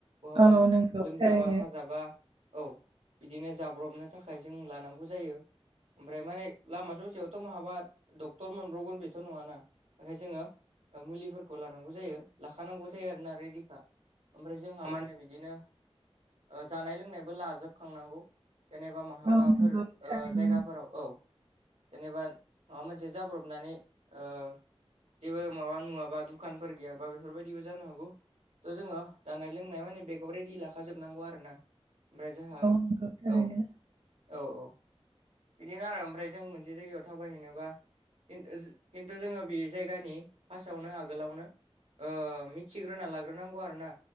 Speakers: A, on the right; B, on the right.
A: बहाबा
B: औ नंगौ
A: लोमजाबा
B: थारैनो
A: साज जाबा औ बिदिनो जाब्रबनो थाखाय जों लानांगौ जायो। ओमफ्राय माने लामा ससेयावथ' महाबा डक्टर मोनब्रवगोन बेथ' नङाना। जोङो मुलिफोरखौ लानांगौ जायो लाखानांगौ जायो आरोना रेदिखा। ओमफ्राय जोंहा माने बिदिनो ओ जानाय लोंनायबो लाजोबखांनांगौ जेनेबा महाबाफोर
B: औ नंगौ थारैनो
A: ओ जायगाफोराव औ। जेनेबा माबा मोनसे जाब्रबनानै ओ जेबो माबा नुवाबा दुखानफोर गैयाबा बेफोरबायदिबो जानो हागौ। थ' जोङो जानाय लोंनाय माने बेगाव रेडि लाखा जोब हाबनांगौ आरोना ओमफ्राय जोंहा औ-
B: नंगौ थारैनो
A: औ -औ। बिदिनो आरो ओमफ्राय जों मोनसे जायगायाव थाबायहैनोबा न्खिन्थु जोङो बे जायगानि फासआवनो आगोलावनो ओ मिथिग्रोना लाग्रोनांगौ आरोना